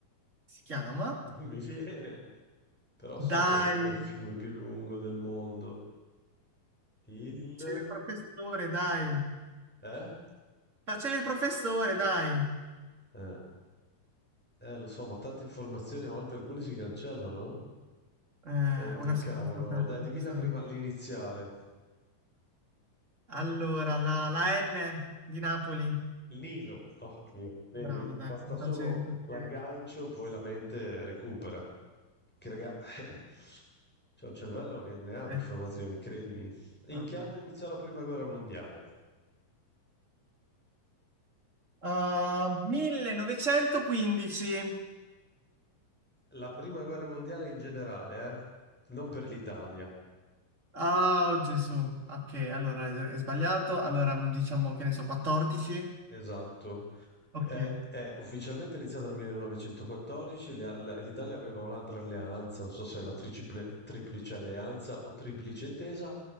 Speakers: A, on the right; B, in the centre.
A: Si chiama.
B: non mi viene, però so
A: Dai,
B: che è il fiume più lungo del mondo, il...
A: facevi il professore, dai.
B: Eh?
A: Facevi il professore, dai.
B: Eh, Eh, lo so, ma tante informazioni a volte alcune si cancellano, eh?
A: Eh,
B: Oh, che
A: una
B: cavolo.
A: scusa, una
B: Dai,
A: scusa.
B: dimmi la prima, l'iniziale.
A: Allora, la, la N di Napoli.
B: Il Nilo. Oh, Dio. Vedi?
A: Bravo, dai,
B: Basta
A: mi
B: solo
A: facevi così.
B: l'aggancio, poi la mente recupera. Che raga, <laughs> c'è un cervello che ne ha di
A: Eh,
B: informazioni, credimi. In
A: vabbè.
B: che anno iniziò la prima guerra mondiale?
A: Ah, 1915.
B: La prima guerra mondiale in generale, eh? Non per l'Italia.
A: Ah, oh, Gesù. Ok, allora è è sbagliato. Allora mm, diciamo che ne so, 14.
B: Esatto.
A: Ok,
B: È, è ufficialmente iniziata nel 1914, le- la- l'Italia aveva un'altra alleanza, non so se la triciple- triplice alleanza o triplice intesa,